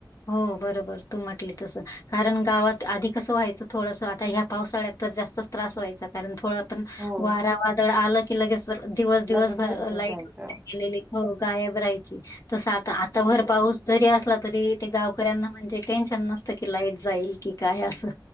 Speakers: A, on the left; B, on the right.
A: हो बरोबर तू म्हटली तसं. कारण गावात आधी कसं व्हायचं थोडस आता ह्या पावसाळ्यात तर जास्तच त्रास व्हायचा. कारण थोडं पण
B: हो
A: वारा वादळ आलं की लगेच दिवस दिवस
B: लगेच
A: भर
B: लाईट
A: लाईटैे
B: जायचं
A: गलेली. हो गायब राहायची तस आता आता भर पाऊस जरी असला तरी ते गावकऱ्यांना म्हणजे टेन्शन नस की लाईट जाईल की काय असं